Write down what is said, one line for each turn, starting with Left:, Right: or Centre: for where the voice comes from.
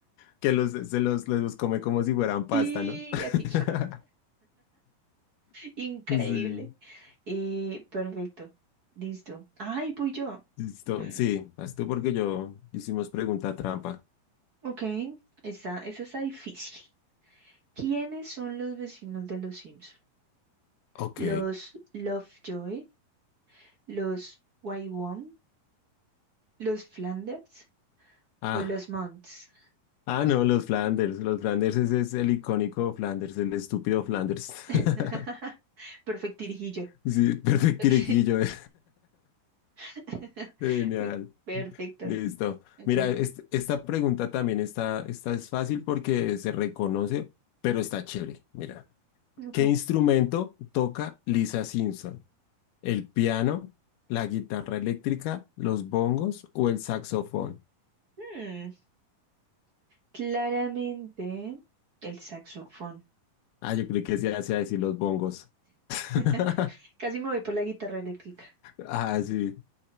Left: Que los, se los, los, los come como si fueran pasta,
Right: Sí,
Left: ¿no? <laughs>
Right: así, increíble.
Left: Sí.
Right: Eh, perfecto, listo. Ay, voy yo.
Left: Listo.
Right: Mm,
Left: Sí, vas tú porque yo hicimos pregunta trampa.
Right: ok, esa, esa está difícil. ¿Quiénes son los vecinos de los Simpson?
Left: Ok.
Right: ¿Los Lovejoy? ¿Los Wybom? ¿Los Flanders?
Left: Ah.
Right: ¿O los Monts?
Left: Ah, no, los Flanders. Los Flanders, ese es el icónico Flanders, el estúpido Flanders.
Right: <laughs>
Left: <laughs>
Right: Perfectirijillo.
Left: Sí, perfectirequillo.
Right: Ok.
Left: <laughs> eh.
Right: <laughs>
Left: Genial.
Right: Uy, Perfecto.
Left: Listo.
Right: Ok.
Left: Mira, est- esta pregunta también está, esta es fácil porque se reconoce, pero está chévere. Mira,
Right: Ujú.
Left: ¿qué instrumento toca Lisa Simpson? ¿El piano, la guitarra eléctrica, los bongos o el saxofón?
Right: Hmm, Claramente el saxofón.
Left: Ah, yo creo que se hace a decir los bongos. <laughs>
Right: <laughs> Casi me voy por la guitarra eléctrica.
Left: Ah, sí.